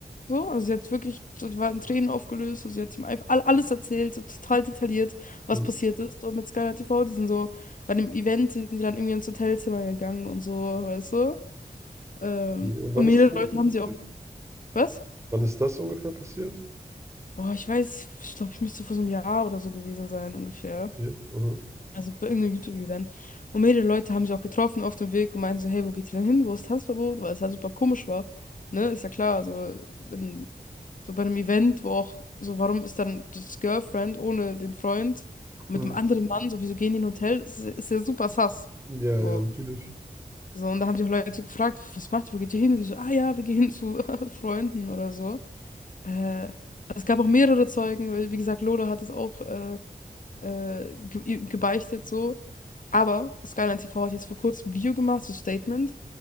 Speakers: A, on the left; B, on the right.
A: So, also sie hat wirklich, so, war in Tränen aufgelöst, so, sie hat ihm einfach all- alles erzählt, so total detailliert, was
B: Hm.
A: passiert ist. So mit Skyline TV, die sind so bei dem Event, sind sie dann irgendwie ins Hotelzimmer gegangen und so, weißt du? Ähm,
B: Okay. Und wann
A: und
B: ist
A: mehrere
B: das ungefähr
A: Leute haben
B: passiert?
A: sie auch, was?
B: Wann ist das ungefähr passiert?
A: Oh, ich weiß, ich glaube, ich müsste vor so einem Jahr oder so gewesen sein, ungefähr.
B: Okay. aha.
A: Also bei irgendeinem YouTube-Event. Und mehrere Leute haben sich auch getroffen auf dem Weg und meinten so, hey, wo geht ihr denn hin? Wo ist Tanzverbot? Weil es halt super komisch war. Ne, ist ja klar, also wenn, so bei einem Event, wo auch, so warum ist dann das Girlfriend ohne den Freund
B: Hm.
A: mit einem anderen Mann, so wieso gehen die in ein Hotel? Ist, ja, ist ja super sus.
B: Ja,
A: So,
B: ja, natürlich.
A: so, und da haben sich auch Leute gefragt, was macht ihr, wo geht ihr hin? Wie so, ah ja, wir gehen hin zu <laughs> Freunden oder so. Äh, es gab auch mehrere Zeugen, weil, wie gesagt, Lola hat es auch äh, äh, ge gebeichtet so. Aber Skyline TV hat jetzt vor kurzem ein Video gemacht, so Statement,